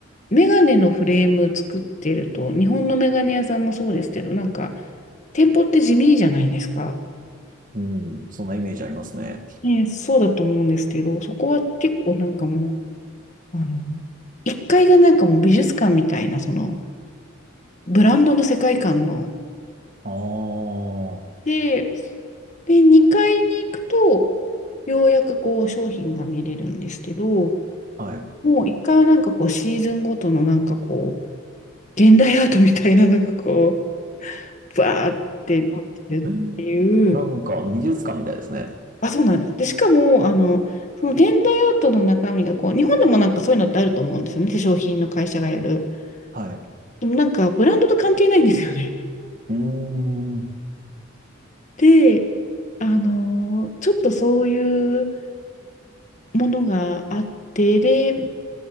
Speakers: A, on the left (about 35°); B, on the right (about 40°).
A: う、メガネのフレーム作ってると、日本のメガネ屋さんもそうですけど、なんか店舗って地味じゃないですか。
B: うん。そんなイメージありますね。
A: ね、そうだと思うんですけど、そこは結構なんかもう、あの、階がなんかもう美術館みたいな、そのブランドの世界観の
B: ああ。は
A: で、で、2階に行くと、ようやくこう商品が見れるんですけど、
B: い。
A: もう1階はなんかこうシーズンごとのなんかこう、現代アートみたいなのがこう、バーってなってるっていう、
B: うんなんか美術館みたいですね。
A: あ、そうなんです。で、しかも、あの、その現代アートの中身がこう、日本でもなんかそういうのってあると思うんですよね、化粧品の会社がやる。
B: はい。
A: でもなんかブランドと関係ないんですよね。
B: うーん。
A: で、あの、ちょっとそういうものがあって、で、